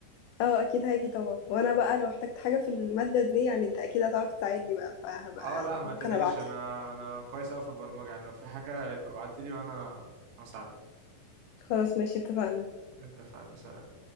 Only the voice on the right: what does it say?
اه لا ما
تقلقيش
انا انا كويس اوي في البرمجه يعني لو في حاجه يبقى ابعتيلي وانا هساعدك
اتفقنا سلام